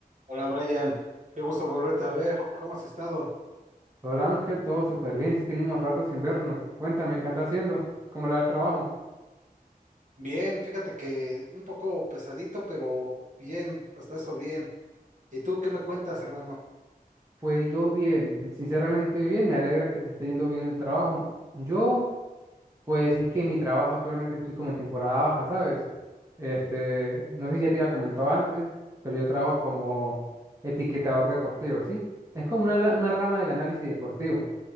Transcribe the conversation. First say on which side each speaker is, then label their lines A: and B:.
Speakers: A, on the right; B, on the right.
A: Hola Brian, qué gusto volverte a ver. ¿Cómo has estado?
B: Hola Ángel, todo súper bien, si tenemos rato sin vernos. Cuéntame, ¿qué anda haciendo? ¿Cómo le va el trabajo?
A: Bien, fíjate que un poco pesadito, pero bien, hasta eso bien. ¿Y tú qué me cuentas, hermano?
B: Pues yo bien, sinceramente bien, me alegra que te esté yendo bien el trabajo. Yo, pues es que en mi trabajo actualmente estoy como en temporada baja, ¿sabes? Este, no sé si ya te había comentado antes, pero yo trabajo como etiquetador deportivo, ¿sí? Es como una, la- una rama del análisis deportivo.